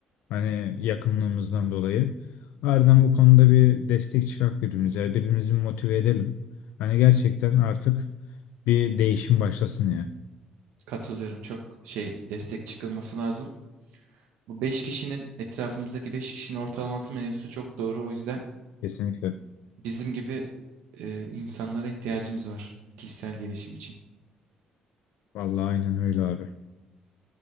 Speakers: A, on the left; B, on the right.
A: Hani yakınlığımızdan dolayı. Ardından bu konuda bir destek çıkak birbirimize. Yani birbirimizi motive edelim. Hani gerçekten artık bir değişim başlasın ya.
B: Katılıyorum. Çok şey destek çıkılması lazım. Bu 5 kişinin etrafımızdaki 5 kişinin ortalaması mevzusu çok doğru. O yüzden
A: Kesinlikle.
B: bizim gibi e, insanlara ihtiyacımız var kişisel gelişim için.
A: Vallahi aynen öyle abi.